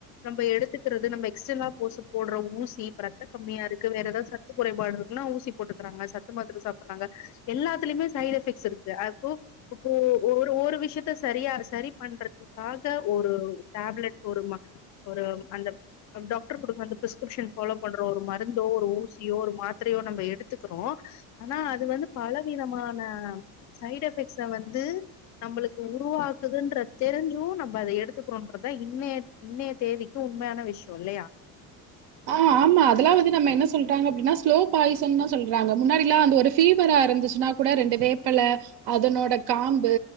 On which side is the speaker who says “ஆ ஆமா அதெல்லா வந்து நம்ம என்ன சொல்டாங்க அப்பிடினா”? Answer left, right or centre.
Right